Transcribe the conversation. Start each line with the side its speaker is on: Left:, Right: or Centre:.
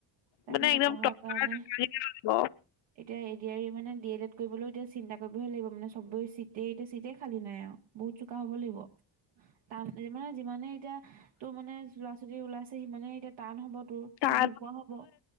Right: তাকেতো
Left: মানে একদম
Right: পঢ়াৰ
Left: <unintelligible> লাগিব।
Right: কাৰণে এতিয়া এডি আৰ ই মানে ডি এল এড কৰিবলৈও এতিয়া চিন্তা কৰিবহে লাগিব মানে চবে চিট <unintelligible> এতিয়া চিট খালী নাই আৰু বহুত চোকা হ'ব লাগিব। তাৰমানে যিমানে এতিয়া তোৰ মানে ল'ৰা ছোৱালী ওলাইছে সিমানে এতিয়া টান হ'ব তোৰ।
Left: তাৰ
Right: চিট
Left: <unintelligible>
Right: নোপোৱা হ'ব